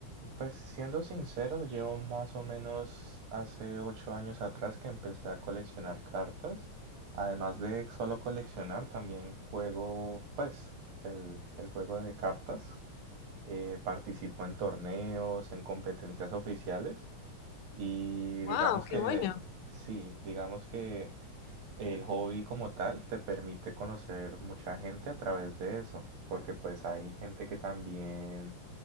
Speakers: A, on the right; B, on the left.
A: Pues siendo sincero, yo más o menos hace ocho años atrás que empecé a coleccionar cartas. Además de solo coleccionar, también juego, pues, el, el juego de cartas. Eh, participo en torneos, en competencias oficiales. Y digamos
B: Wow, qué
A: que,
B: bueno,
A: sí, digamos que el hobby como tal te permite conocer mucha gente a través de eso, porque pues hay gente que también